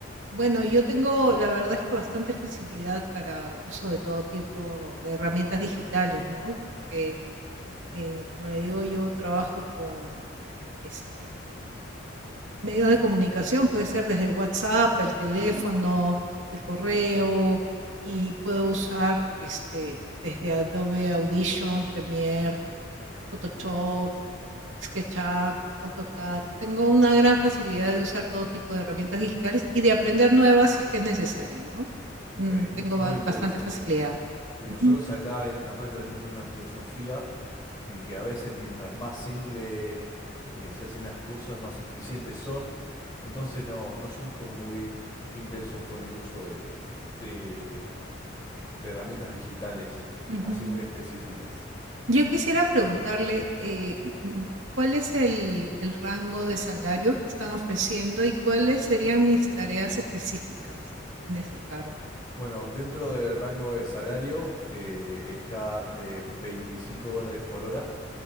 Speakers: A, on the right; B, on the left.
A: bueno, yo tengo, la verdad es que bastante facilidad para uso de todo tipo de herramientas digitales, ¿no? Porque, eh, como le digo, yo trabajo con este, medios de comunicación, puede ser desde el WhatsApp, el teléfono, el correo, y puedo usar este, desde Adobe Audition, Premiere, Photoshop, SketchUp, AutoCAD. Tengo una gran facilidad de usar todo tipo de herramientas digitales y de aprender nuevas si es que es necesario, ¿no?
B: Ok,
A: Mm,
B: mu-
A: Tengo
B: muy
A: ba-
B: interesante.
A: bastante facilidad.
B: Si nosotros
A: Ujú.
B: acá en esta empresa tenemos una filosofía. en que a veces mientras más simple eh, se hacen las cosas, más eficientes son. Entonces no, no somos como muy intensos con el uso de, de, de herramientas digitales,
A: Ujú.
B: así muy específicas.
A: Yo quisiera preguntarle, eh, mm, ¿cuál es el, el rango de salario que están ofreciendo y cuáles serían mis tareas específicas en ese cargo?
B: Bueno, dentro del rango de salario eh, está de 25 dólares por hora